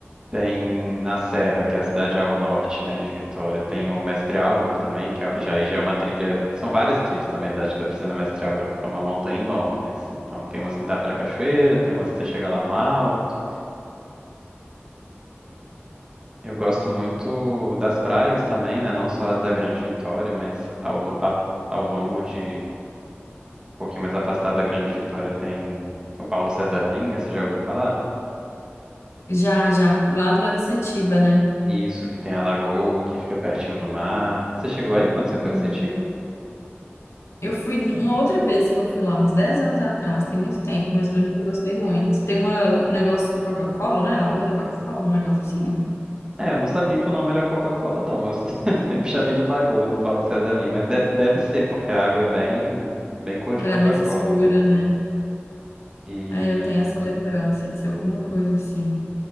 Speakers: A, on the right; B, on the left.
A: Tem na Serra, que é a cidade ao norte, né, de Vitória. Tem o Mestre Álvaro também, que é- já, aí já é uma trilha. São várias trilhas, na verdade, que dá pra ser no Mestre Álvaro, porque é uma montanha enorme, assim. Então tem umas que dá pra cachoeira, tem umas que você chega lá no alto. Eu gosto muito das praias também, né? Não só as da Grande Vitória, mas ao, lo- a- ao longo de. Um pouquinho mais afastado da Grande Vitória tem o Paulo César Vinha, você já ouviu falar?
B: Já, já, pro lado lá de Setiba, né?
A: Isso, que tem a lagoa que fica pertinho do mar. Você chegou aí quando você foi
B: Hum.
A: assistir?
B: Eu fui de- uma outra vez que eu fui lá, uns 10 anos atrás, tem muito tempo, mas eu lembro que eu gostei muito. Tem uma, um negócio Coca-Cola, né? Lagoa da Coca-Cola, um negócio assim,
A: É, eu não sabia que o nome era Coca-Cola, não. Eu se- <laughs> eu sempre chamei de Lagoa do Paulo César Lima, mas deve, deve ser, porque a água é bem, bem cor de
B: que
A: Coca-Cola
B: ela é mais escura,
A: mesmo.
B: né?
A: E
B: É, eu tenho essa lembrança de ser alguma coisa assim.